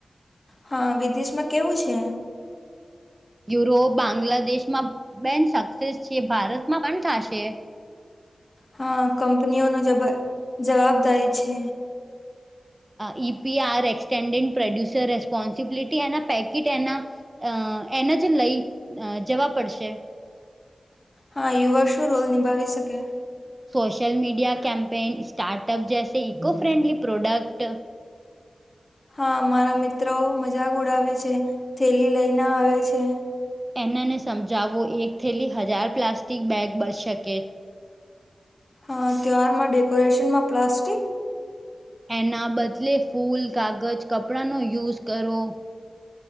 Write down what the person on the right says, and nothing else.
યુરોપ બાંગ્લાદેશમાં બેન સક્સેસ છે. ભારતમાં પણ થશે-
E P R extended producer responsibility એના પેકીટ એના- અ એને જ લઈ જવા પડશે-
સોશલ મીડિયા કેમ્પેન સ્ટાર્ટઅપ જૈસે ઇકો ફ્રેન્ડલી પ્રોડક્ટ-
એનાને સમજાવવો એક થેલી હજાર પ્લાસ્ટિક બેગ બચ શકે-
એના બદલે ફૂલ કાગજ કપડાંનો યુઝ કરો-